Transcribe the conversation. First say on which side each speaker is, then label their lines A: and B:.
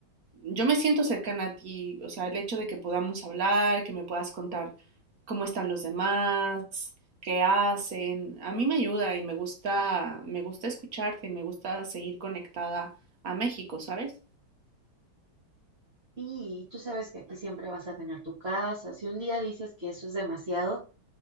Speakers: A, on the right; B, on the right.
A: yo me siento cercana a ti, o sea, el hecho de que podamos hablar, que me puedas contar cómo están los demás, qué hacen, a mí me ayuda y me gusta, me gusta escucharte y me gusta seguir conectada a México, ¿sabes?
B: Sí, Y tú sabes que aquí siempre vas a tener tu casa. Si un día dices que eso es demasiado,